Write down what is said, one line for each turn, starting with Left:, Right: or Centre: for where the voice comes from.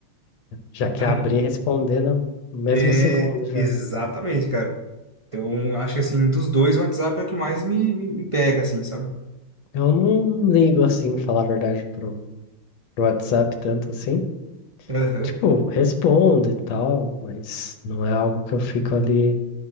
Left: Já que
Right: <laughs>
Left: abri e responder no no mesmo
Right: Então, é
Left: segundo já.
Right: exatamente, cara. Então, acho que assim, dos dois, o WhatsApp é o que mais me, me, me pega, assim, sabe?
Left: Eu não ligo assim, falar a verdade, pro WhatsApp tanto assim.
Right: Aham,
Left: Tipo, respondo e tal, mas não é algo que eu fico ali,